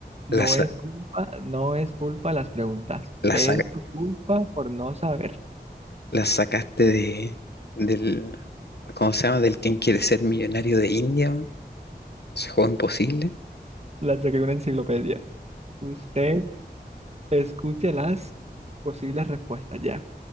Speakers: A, on the right; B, on the left.
A: no
B: ¿Las, sa-
A: es culpa, no es culpa las preguntas.
B: las,
A: Es
B: saca-
A: tu culpa por no saber.
B: las sacaste de, del, ¿cómo se llama? Del quién quiere ser millonario de India, weón. Ese juego imposible.
A: La saqué de una enciclopedia. Usted escuche las posibles respuestas ya.